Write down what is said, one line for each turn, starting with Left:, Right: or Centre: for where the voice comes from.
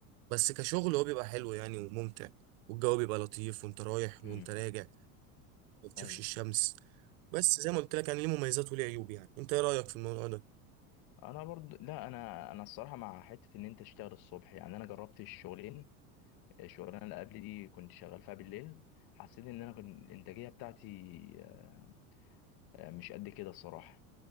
Right: بس كشغل هو بيبقى حلو يعني وممتع والجو بيبقى لطيف وانت رايح
Left: امم
Right: وانت راجع ما بتشوفش
Left: ايوه
Right: الشمس بس زي ما قلت لك يعني ليه مميزات وليه عيوب يعني انت ايه رأيك في الموضوع ده
Left: انا برضو لا انا انا الصراحه مع حته ان انت تشتغل الصبح يعني انا جربت الشغلين الشغلانه اللي قبل دي كنت شغال فيها بالليل حسيت ان انا كنت الانتاجيه بتاعتي آه، آه، مش قد كده الصراحه